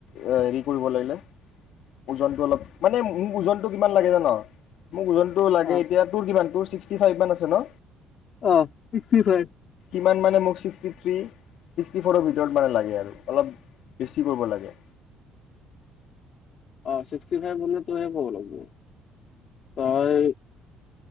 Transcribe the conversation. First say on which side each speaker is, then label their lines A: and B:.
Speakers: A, on the left (about 65°); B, on the left (about 45°).
A: হেৰি কৰিব লাগিলে, ওজনটো অলপ মানে মোক ওজনটো কিমান লাগে যা' ন। মোক ওজনটো লাগে,
B: অ
A: এতিয়া তোৰ কিমান তোৰ? ছিক্সটি ফাইভ মান আছে ন?
B: অ' ছিক্সটি ফাইভ।
A: ইমান মানে মোক ছিক্সটি থ্ৰী, ছিক্সটি ফৰৰ ভিতৰত য'ত মানে লাগে আৰু অলপ বেছি ক'ৰব লাগে।
B: অ ছিক্সটি ফাইভ হলে তোহে ক'ব লাগিব তই